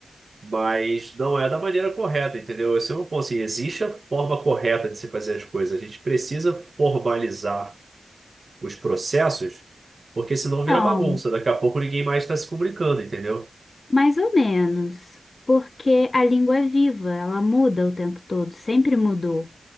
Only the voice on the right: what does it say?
Mas não é da maneira correta, entendeu? Esse é um ponto, assim, existe a forma correta de se fazer as coisas. A gente precisa formalizar os processos, porque senão vira
bagunça. Daqui a pouco ninguém mais está se comunicando, entendeu?